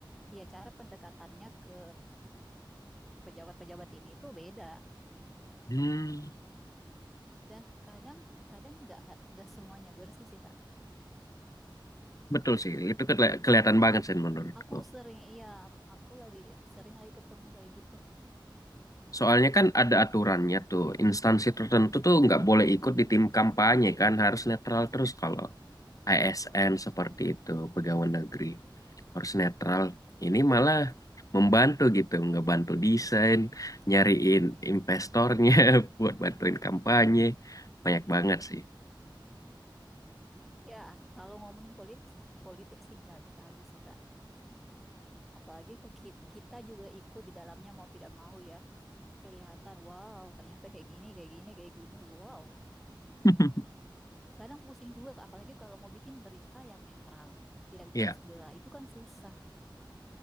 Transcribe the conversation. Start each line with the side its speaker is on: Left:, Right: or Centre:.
Centre: iya cara pendekatannya ke pejabat-pejabat ini tuh beda
Left: Hmm,
Centre: dan kadang kadang nggak nggak semuanya bersih sih kak
Left: betul sih, itu keli- kelihatan banget sih menurutku.
Centre: aku sering iya aku lagi sering lagi ketemu kayak gitu
Left: Soalnya kan ada aturannya tuh, instansi tertentu tuh nggak boleh ikut di tim kampanye kan, harus netral terus kalau ASN seperti itu, pegawai negeri harus netral. Ini malah membantu gitu, ngebantu desain, nyariin investornya <laughs> buat bantuin kampanye. Banyak banget sih.
Centre: ya kalau ngomongin politik politik sih nggak bisa habis sih kak apalagi ke ki- kita juga ikut di dalamnya mau tidak mau ya kelihatan wow ternyata kayak gini kayak gini kayak gini wow
Left: <laughs>
Centre: Kadang pusing juga, Kak, apalagi kalau mau bikin berita yang netral, tidak
Left: Ya,
Centre: berat sebelah, itu kan susah.